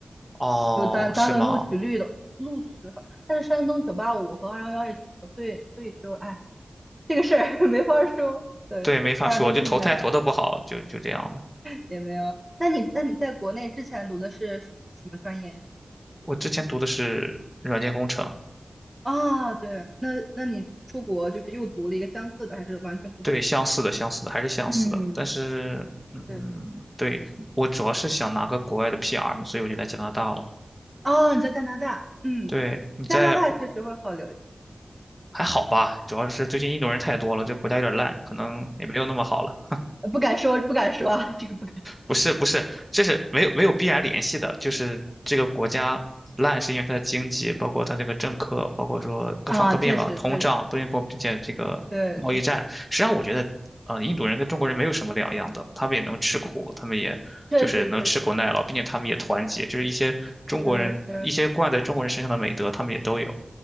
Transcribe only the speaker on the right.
就单单论录取率的录取的话，
但是山东九八五和二幺幺也挺多，所以所以就哎这个事儿 <laughs> 没法儿说，对，
大家都挺难，
也没有。那你那你在国内之前读的是什么什么专业呀？
啊，对，那那你出国就是又读了一个相似的，还是完全不同？
嗯，
对。
哦，你在加拿大，嗯，
加拿大确实会好留，
呃不敢说，不敢说啊，这个不敢
啊，确实，
确实，
对，确实，
确实，确实，
嗯，对，